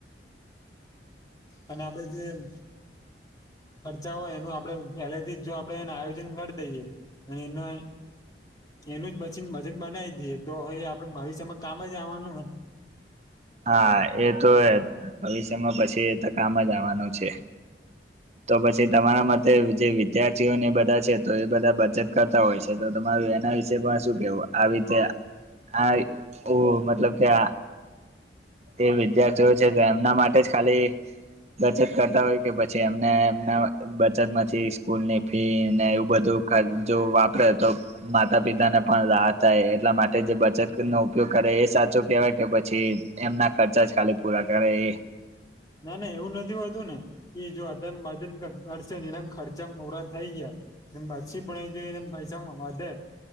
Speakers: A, on the left (about 20°); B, on the right (about 35°).
A: આપણે જેમ ખર્ચા હોય એનું આપડે પહેલેથી જ જો આપડે એને આયોજન કરી દઈએ અને એના એનું જ પછી બજેટ બનાવી દઈએ તો હવે આપડે ભવિષ્યમાં કામ જ આવવાનું હોને
B: હા એ તો ભવિષ્યમાં પછી કામ જ આવવાનું છે. તો પછી તમારા મતે જે વિદ્યાર્થીઓને બધા છે, તો એ બધા બચત કરતા હોય છે. તો તમારું એના વિશે પણ શું કેવું આવી રીતે આ ઓ મતલબ કે આ એ વિદ્યાર્થીઓ છે એમના માટે જ ખાલી બચત કરતા હોય કે પછી એમને એમના બચત માંથી સ્કૂલ ની ફી ને એવું બધું જો વાપરે તો માતા પિતા ને પણ રાહ થાય એટલા માટે જે બચત નો ઉપયોગ કરે એ સાચો કેહેવાય કે પછી એમના ખર્ચા જ ખાલી પૂરા કરે એ?
A: ના ના એવું નથી હોતું ને કે જો અત્યારે મદદ કરશે ને એના ખર્ચા પૂરા થઈ ગયા એ પાછી પણ એ જોઈને પૈસા વધે